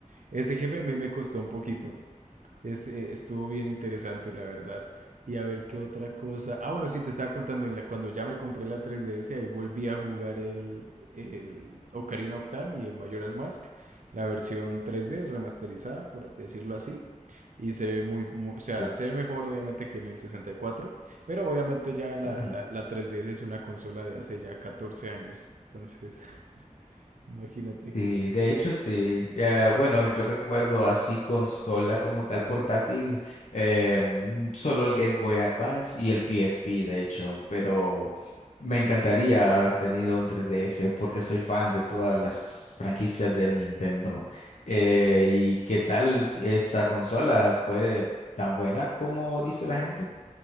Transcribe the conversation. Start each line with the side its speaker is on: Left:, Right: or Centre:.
Right: Ese jefe a mí me costó un poquito. Es, eh, estuvo bien interesante, la verdad. Y a ver qué otra cosa. Ah, bueno, sí, te estaba contando, en la, cuando ya me compré la 3DS, ahí volví a jugar el, el Ocarina of Time y el Majora's Mask, la versión 3D remasterizada, por decirlo así. Y se ve muy, mu- o sea,
Left: sí,
Right: se ve mejor obviamente que en el 64, pero obviamente ya la,
Left: ujú.
Right: la, la 3DS es una consola de hace ya 14 años. Entonces, <laughs> imagínate.
Left: Sí, de hecho sí. Eh, bueno, yo recuerdo así consola como tal portátil, eh, mm, solo el Game Boy Advance y el PSP, de hecho, pero me encantaría haber tenido un 3DS porque soy fan de todas las franquicias de Nintendo. Eh, ¿y qué tal esa consola? ¿Fue tan buena como dice la gente?